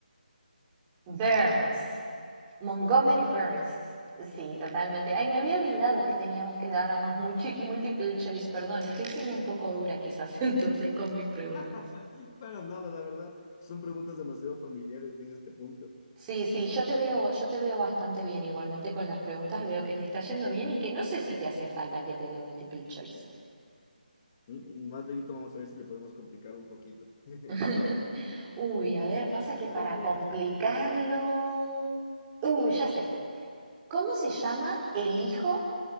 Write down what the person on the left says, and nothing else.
Ajá.
exactamente.
<laughs> Para nada, la verdad. Son preguntas demasiado familiares en este punto.
Mm, mm, Más luego vamos a ver si le podemos complicar un poquito. <laughs>
Ya,
Dale,
a ver.